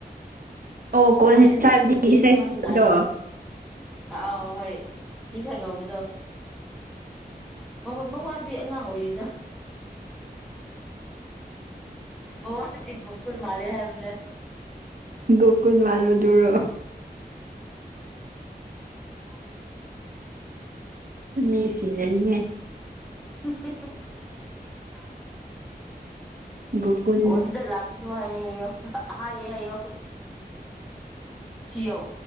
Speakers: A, on the right (about 55°); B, in the centre.
A: ꯑꯣ ꯀꯣꯟ
B: ꯀꯨꯍꯦꯟꯁꯥꯝꯒꯤ
A: ꯆꯥꯕꯗꯤ
B: ꯐꯦꯟꯁ
A: ꯏꯁꯩꯗꯣ
B: ꯑꯃꯁꯨ ꯂꯥꯛꯑꯦ ꯑꯥꯎ ꯍꯣꯏ ꯃꯤ ꯈꯔꯥ ꯉꯧꯕꯗꯣ <unintelligible> ꯃꯋꯥꯗꯤ ꯑꯉꯥꯡ ꯑꯣꯏꯔꯤꯗ ꯃꯋꯥꯗꯤ ꯒꯣꯀꯨꯨꯜ ꯃꯥꯂꯦ ꯍꯥꯏꯕꯅꯦ
A: ꯒꯣꯀꯨꯟ ꯃꯥꯟꯕꯗꯨꯔꯣ
B: <unintelligible>
A: ꯃꯤ ꯁꯤꯅꯅꯤꯍꯦ
B: <unintelligible>
A: ꯒꯣꯀꯨꯟ
B: ꯑꯣ ꯁꯤꯗ ꯂꯥꯛꯁꯅꯨ ꯍꯥꯏꯌꯦꯌꯣ ꯑꯍꯥꯌꯦ ꯍꯥꯏꯌꯣ ꯁꯤꯑꯣ